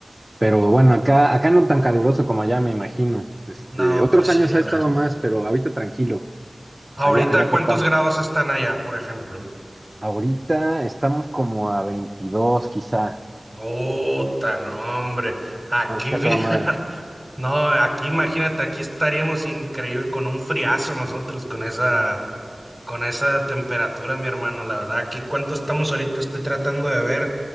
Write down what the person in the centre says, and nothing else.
No,
pues sí.
a
ver.
Ahorita,
¿cuántos
grados están allá, por ejemplo?
Puta, no, hombre. Aquí,
<laughs> fíjate.
No, aquí imagínate, aquí estaríamos increíble con un friazo nosotros, con esa Con esa temperatura, mi hermano, la verdad, aquí cuánto estamos ahorita, estoy tratando de ver,